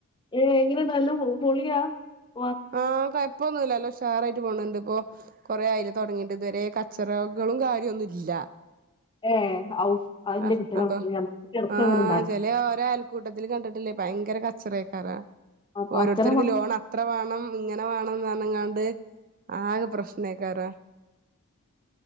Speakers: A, on the left; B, on the right.
A: ഏഹ് <unintelligible>
B: ആഹ് കൊയപ്പോന്നുല്ല നല്ല ഉഷാറായിട്ട് പോന്ന്ണ്ട് ഇപ്പോ കൊറേ അയിലെ തൊട്ങ്ങീട്ട് ഇതുവരെ കച്ചറകളും കാര്യമൊന്നുംല്ല.
A: ഏഹ് ഔ അതിന്റെ
B: ആ്
A: കുട്ടികളെ
B: അതോ
A: നമുക്ക് ചെറുക്ക
B: ആഹ്
A: അങ്ങനെ ഉണ്ടായിരുന്നു
B: ചെലെ ഓരോ അയൽക്കൂട്ടത്തില് കണ്ടിട്ടില്ലേപ്പ ഭയങ്കര കച്ചെറയ്ക്കാരം
A: അപ്പൊ
B: ഓരോരുത്തർക്ക്
A: അച്ഛനെ
B: ലോൺ അത്ര വാണം ഇങ്ങനെ വേണംന്ന് പറഞ്ഞ്കാണ്ട് ആകെ പ്രശ്ണെയ്ക്കാരം